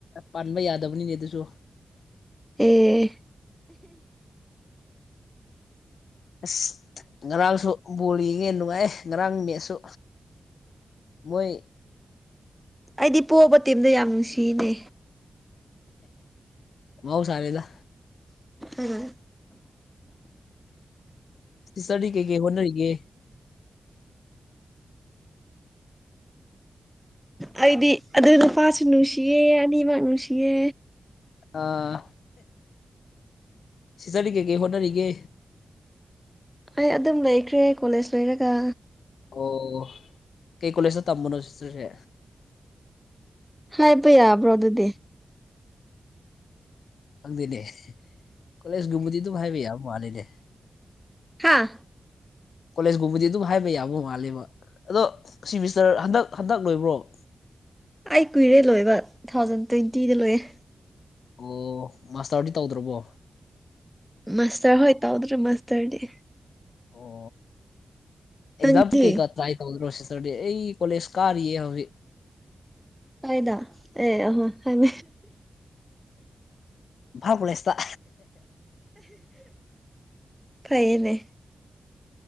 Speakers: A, on the left (about 80°); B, in the centre.
A: ꯄꯥꯟꯕ ꯌꯥꯗꯕꯅꯤꯅꯦ ꯑꯗꯨꯁꯨ
B: ꯑꯦ
A: ꯑꯁ ꯉꯗꯥꯁꯨ ꯕꯣꯜ ꯌꯦꯡꯉꯦ ꯅꯨꯡꯉꯥꯏ ꯉꯔꯥꯡ ꯃꯦꯠꯁꯨ ꯃꯣꯏ
B: ꯑꯩꯗꯤ ꯄꯣꯛꯕ ꯇꯦꯝꯗ ꯌꯥꯝ ꯅꯨꯡꯁꯤꯅꯦ
A: ꯃꯎꯁꯔꯦꯗ
B: ꯍꯦ
A: ꯁꯔꯤꯀꯒꯤ ꯍꯟꯅꯔꯤꯒ
B: ꯑꯩꯗꯤ ꯑꯗꯨ ꯅꯨꯄꯥꯁꯨ ꯅꯨꯡꯁꯤꯌꯦ ꯑꯅꯤꯃꯛ ꯅꯨꯡꯁꯤꯌꯦ
A: ꯑꯥ ꯁꯤꯖꯔꯤꯒꯦ ꯀꯦ ꯍꯣꯅꯔꯤꯒꯦ
B: ꯑꯩ ꯑꯗꯨꯝ ꯂꯩꯈ꯭ꯔꯦ ꯀꯣꯂꯦꯖ ꯂꯩꯣꯏꯔꯒ
A: ꯑꯣ ꯀꯩ ꯀꯣꯂꯦꯖꯇ ꯇꯝꯕꯅꯣ ꯁꯤꯁꯦ
B: ꯍꯥꯏ ꯄ ꯌꯥꯕ꯭ꯔꯣ ꯑꯗꯨꯗꯤ
A: ꯈꯪꯗꯦꯅꯦ ꯀꯣꯂꯦꯖꯒꯨꯝꯕꯗꯤ ꯑꯗꯨꯝ ꯍꯥꯏꯕ ꯌꯥꯕ ꯃꯥꯂꯅꯦ
B: ꯍꯥꯥ
A: ꯀꯣꯂꯦꯖꯀꯨꯝꯕꯗꯤ ꯑꯗꯨꯝ ꯍꯥꯏꯕ ꯌꯥꯕ ꯃꯥꯂꯦꯕ ꯑꯗꯣ ꯁꯤ ꯃꯤꯁꯇꯔ ꯍꯟꯗꯛ ꯍꯟꯗꯛ ꯂꯣꯏꯕ꯭ꯔꯣꯕ
B: ꯑꯩ ꯀꯨꯏꯔꯦ ꯂꯣꯏꯕ ꯇꯨ ꯊꯥꯎꯖꯟ ꯇ꯭ꯋꯦꯟꯇꯤꯗ ꯂꯣꯏꯌꯦꯦ
A: ꯑꯣ ꯃꯥꯁꯇꯔꯗꯤ ꯇꯧꯗ꯭ꯔꯕꯣ
B: ꯃꯥꯁꯇꯔ ꯍꯣꯏ ꯇꯧꯗ꯭ꯔꯣ ꯃꯥꯁꯇꯔꯗꯤ
A: ꯑꯣ ꯑꯦꯛꯖꯥꯝ
B: ꯅꯪꯗꯤ
A: ꯇ ꯀꯩꯀ ꯇ꯭ꯔꯥꯏ ꯇꯧ꯭ꯔꯣ ꯑꯩ ꯀꯣꯂꯦꯖ ꯀꯥꯔ ꯍꯧꯕꯤ
B: ꯀꯗ ꯑꯦ ꯍꯥꯏ
A: ꯐꯥꯎ ꯂꯩꯁꯇ
B: ꯐꯥꯏꯅꯦ